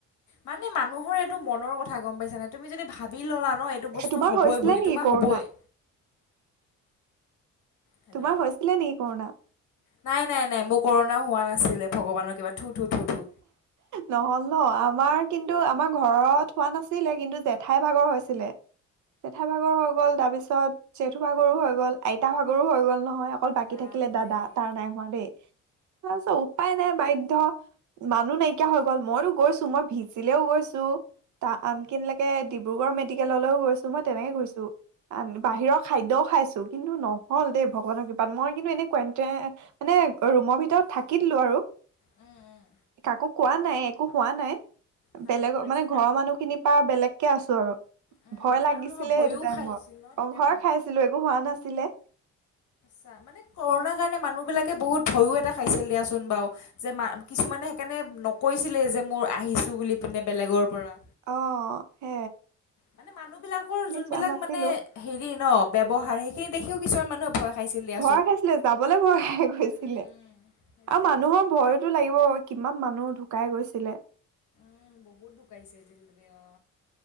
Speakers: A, on the left (about 70°); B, on the right (about 70°).
A: মানে মানুহৰ এইটো মনৰ কথা গ'ম পাইছ নে? তুমি যদি ভাবি ল'লা ন, এইটো বস্তু
B: তোমাৰ
A: হ'বই
B: হৈছিলে
A: বুলি
B: নেকি
A: তোমাৰ
B: কৰোণা
A: হ'বই। হেল্ল'
B: তোমাৰ হৈছিলে নেকি কৰোণা
A: নাই নাই নাই মোৰ ক'ৰোণা হোৱা নাই। আছিলে ভগৱানৰ কিবা, থু থু থু
B: নহ'ল ন, আমাৰ কিন্তু আমাৰ ঘৰত হোৱা নাছিলে। কিন্তু জেঠাই ভাগৰ হৈছিলে। জেঠা ভাগৰ হৈ গ'ল, তাৰ পিছত জেঠু ভাগৰো হৈ গ'ল, আইতা ভাগৰো হৈ গ'ল নহয়। অকল বাকী
A: বাপৰে
B: থাকিলে দাদা। তাৰ নাই হোৱা দেই, তাৰপিছত উপায় নাই বাধ্য। মানুহ নাইকিয়া হৈ গ'ল ময়ো গৈছোঁ মই ভিজিলেও গৈছোঁ, তা আনকিনলেকে ডিব্ৰুগড় মেডিকেললৈও গৈছোঁ মই তেনেকে গৈছোঁ, আন-বাহিৰৰ খাদ্যও খাইছোঁ কিন্তু নহ'ল। দেই ভগৱানৰ কৃপাত মই কিন্তু এনে কুৱেন্তে মানে ৰুমৰ ভিতৰত থাকি দিলোঁ আৰু।
A: উম, উম।
B: কাকো কোৱা নাই একো কোৱা নাই,
A: ভাল
B: বেলেগক
A: কৰিছা
B: মানে ঘৰৰ মানুহখিনিৰ পাৰা বেলেগ কে আছোঁ আৰু।
A: উম
B: ভয় লাগিছিলে
A: আৰু নহয় ভয়ো
B: সেইটো টাইমত।
A: খাইছিল ন
B: অ',
A: তেতিয়া
B: ভয় খাইছিলোঁ একো হোৱা নাছিলে।
A: চা মানে কৰণাৰ কাৰণে মানুহবিলাকে বহুত ভয়ো এটা খাইছিল দিয়াচোন বাৰু যে মা কিছুমান মানে সেইকাৰণে নকৈছিলে যে মোৰ আহিছোঁ বুলি পিনে বেলেগৰ পৰা
B: অ', সে
A: মানে মানুহবিলাকৰ যোনবিলাক
B: যোৱা নাছিলো
A: মানে হেৰি ন ব্যৱহাৰ, সেইখিনি দেখিও কিছমান মানুহ ভয় খাইছিল দিয়াচোন
B: ভয় খাইছিলে যাবলৈ ভয় খাই গৈছিলে।
A: উম উম সেইটোৱে
B: আৰু মানুহৰ ভয় টো লাগিব বাৰু, কিমান মানুহ ঢুকাই গৈছিলে।
A: উম বহুত ঢুকাইছে <unintelligible>